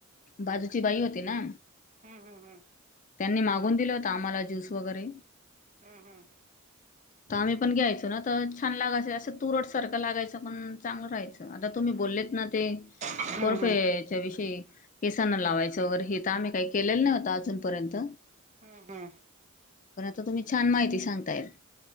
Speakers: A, on the left; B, on the right.
A: बाजूची बाई होती ना
B: हम्म हम्म
A: त्यांनी मागून दिलं होतं आम्हाला ज्यूस वगैरे
B: हम्म-हम्म,
A: तर आम्ही पण घ्यायचो ना, तर छान लागायचं, असं तुरटसारखं लागायचं, पण चांगलं राहायचं. आता तुम्ही बोललेत ना ते
B: हम्म
A: कोरफडच्या
B: हम्म हम्म
A: विषयी केसांना लावायचं वगैरे हे तर आम्ही काही केलेलं नाही अजून. पर्यंत.
B: हम्-हम्.
A: पर आता तुम्ही छान माहिती सांगता येत.